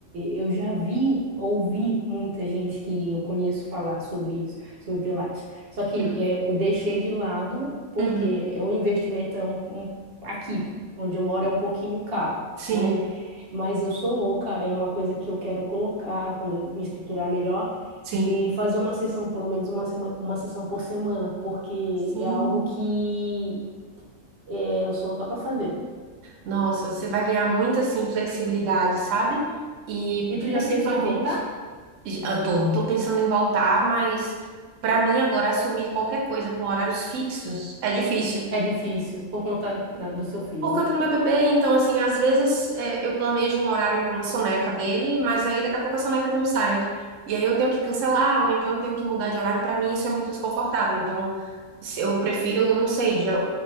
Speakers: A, on the right; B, on the right.
A: eu já vi, ouvi muita gente que eu conheço falar sobre isso, sobre Pilates. Só que
B: Uhum.
A: é, eu deixei de lado, porque
B: Uhum.
A: é, o investimento é um, um- aqui, onde eu moro, é um pouquinho caro,
B: Sim,
A: né? mas eu sou louca, é uma coisa que eu quero colocar quando eu me estruturar melhor,
B: sim,
A: de fazer uma sessão, pelo menos uma, sema- uma sessão por semana, porque
B: sim.
A: é algo que é, eu sou louca para fazer.
B: Nossa, você vai ganhar muito assim, flexibilidade, sabe? E
A: E tu
B: principalmente,
A: já pensou em voltar?
B: eu tô, tô pensando em voltar, mas para mim agora assumir qualquer coisa com horários fixos é difícil.
A: É difícil, por conta da- do seu filho,
B: Por
A: né?
B: conta do meu bebê, então, assim, às vezes é, eu planejo um horário em uma soneca dele, mas aí daqui a pouco a soneca não sai. E aí eu tenho que cancelar, ou então eu tenho que mudar de horário. Para mim, isso é muito desconfortável. Então, se- eu prefiro, não sei, de-